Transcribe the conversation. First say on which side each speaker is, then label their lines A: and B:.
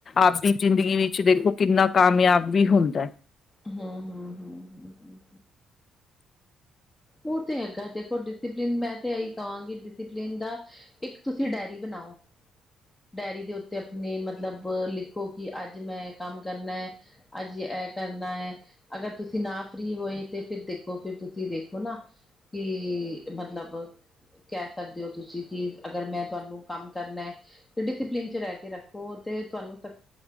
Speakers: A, on the left; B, on the left.
A: ਆਪਦੀ ਜ਼ਿੰਦਗੀ ਵਿੱਚ ਦੇਖੋ, ਕਿੰਨਾ ਕਾਮਯਾਬ ਵੀ ਹੁੰਦਾ
B: ਹਮ, ਹਮ, ਹਮ ਹਮ ਓ ਤੇ ਹੈਗਾ ਦੇਖੋ ਡਿਸੀਪਲਿਨ, ਮੈਂ ਤੇ ਏਹੀ ਕਵਾਂਗੀ ਡਿਸੀਪਲਿਨ ਦਾ ਇੱਕ ਤੁਸੀਂ, ਡੈਰੀ ਬਣਾਓ। ਡੈਅਰੀ ਦੇ ਉੱਤੇ ਆਪਨੇ ਮਤਲਬ ਲਿਖੋ ਕਿ, ਅੱਜ ਮੈਂ ਕੰਮ ਕਰਨਾ ਅੱਜ ਐ ਕਰਨਾ ਏ, ਅਗਰ ਤੁਸੀਂ ਨਾ ਫ੍ਰੀ ਹੋਏ ਤੇ, ਫਿਰ ਦੇਖੋ ਫਿਰ ਤੁਸੀਂ ਦੇਖੋ ਔ ਨਾ ਕਿ ਮਤਲਬ, ਕਹਿ ਸਕਦੇ ਓ ਤੁਸੀਂ ਕਿ, ਅਗਰ ਮੈਂ ਤੁਆਨੂੰ ਕੰਮ ਕਰਨਾ ਐ, ਤੇ ਡਿਸੀਪਲਿਨ ਚ ਰਹਿ ਕੇ ਰੱਖੋ ਤੇ ਤੁਆਨੂੰ ਤ